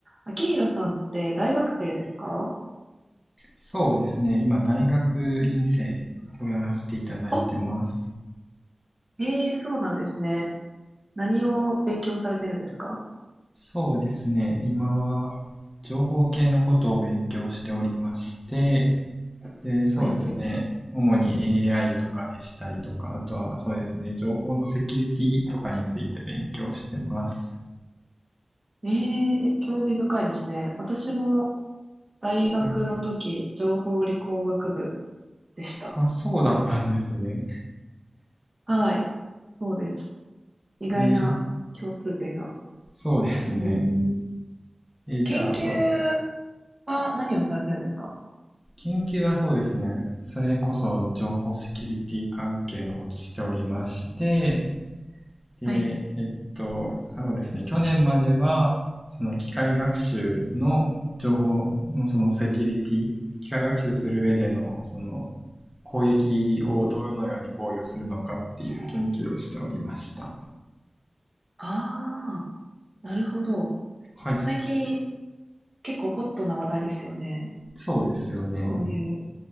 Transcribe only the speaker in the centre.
そうですね。今、大学院生をやらせていただいてます。
そうですね。今は、情報系のことを勉強しておりまして、で、そうですね。
主に AI とかでしたりとか、あとはそうですね、情報のセキュリティとかについて勉強してます。
はい。
まあ、そうだったんですね。
えーそうですね。
えーじゃあ、
そう、
研究はそうですね。それこそ情報セキュリティ関係のことをしておりまして、で、
えっと、そうですね。去年までは、その機械学習の情報のそのセキュリティ、機械学習する上でのその攻撃をどのように防御するのかっていう研究をしておりました。
はい。
そうですよね。